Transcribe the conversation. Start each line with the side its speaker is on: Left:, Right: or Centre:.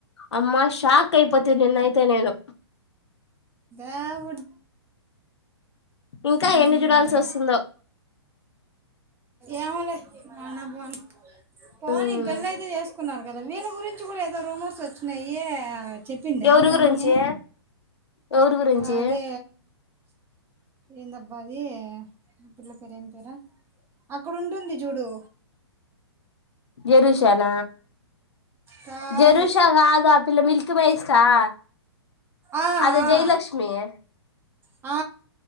Left: అమ్మా షాక్ అయిపోత నిన్నయితే నేను.
Right: ఎవ.
Left: ఇంకా
Right: ఉమ్
Left: ఎన్ని చూడాల్సి వస్తుందో.
Right: ఏమలే అనా పో పోనీ
Left: మ్మ్
Right: పెళ్లి అయితే చేసుకున్నారు. కదా వీళ్ళ గురించి కూడా ఏదో రూమోస్ వచ్చినాయ. చెప్పిందామని.
Left: ఎవరి గురించి ఎవరి గురించి
Right: అదే ఎంత బా. అది పిల్ల పేరు ఏం పేరు అక్కడ ఉంటుంది చూడు.
Left: జెరూషణ.
Right: కాదు
Left: జరుూష కాదు ఆ పిల్ల మిల్క్ పేస్ట్ ఆ.
Right: ఆ ఆ
Left: అదే జయలక్ష్మిీే.
Right: ఆ.